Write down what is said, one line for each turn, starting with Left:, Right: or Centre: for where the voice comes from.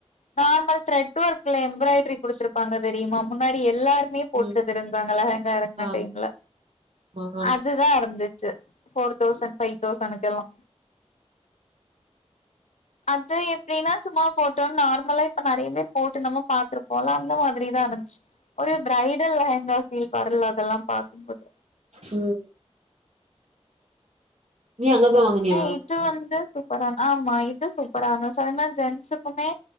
Left: நார்மல் த்ரெட் ஒர்க்ல எம்ப்ராய்ட்ரி குடுத்துருப்பாங்க தெரியுமா முன்னாடி எல்லாரு மே போட்டுட்டு
Right: ம்
Left: இருந்தாங்கள லெஹெங்கா எறங்கன
Right: ஆமா
Left: டைம்ல
Right: ஆமா
Left: அதுதா இருந்துச்சு ஃபோர் தௌசண்ட் ஃபைவ் தௌசண்க்கெல்லா அது எப்டினா சும்மா ஃபோட்டோ நார்மலா இப்ப நறைய பேர் போட்டு நம்ம பாத்துருப்போல அந்த மாதிரிதா இருந்துச்சு ஒரு ப்ரைடல் லெஹங்கா ஃபீல் வர்ல அதெல்லா பாக்குபோது
Right: ம் நீ அங்கதா வாங்குனியா
Left: ஆ இது வந்து சூப்பரா ஆமா இது சூப்பரா சோ அது மாரி ஜென்ஸுக்குமே